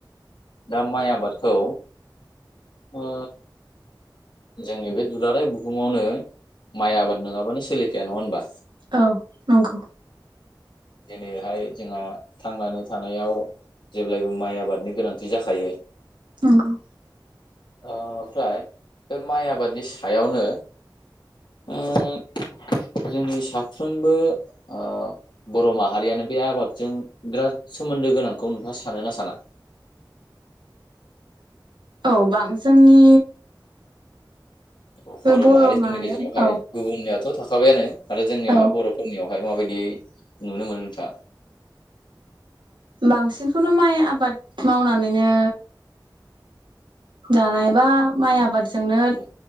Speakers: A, on the left (about 65°); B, on the right (about 70°).
A: दा माइ आबाद खौ ओ जोंनि बे दुलाराय बुहुमावनो माइ आबाद नोङाबानो सोलिखाया नङा होनबा?
B: औ नंगौ।
A: जेनेहाय जोंहा थांनानै थानायाव जेब्लायबो माइ आबादनि गोनांथि जाखायो।
B: नंगौ।
A: ओ ओमफ्राय बे माइ आबादनि सायावनो उम जोंनि साफ्रोमबो ओ बर' माहारियानो बे आबादजों बिराद सोमोन्दो गोनांखौ नोंथाङा सानोना साना?
B: औ बां जोंनि
A: औ
B: बे
A: बर' माहारिफोरनि
B: माहारिया
A: गेजेरावहाय
B: औ
A: गुबुननियाथ' थाखा थाबायानो आरो जोंनियाहा
B: औ
A: बर'फोरनियाव फाय माबायदियै नुनो मोनो नोंथा?
B: बांसिनखौनो माइ आबाद मावनानैनो जानायबा माइ आबाद जोंनो
A: औ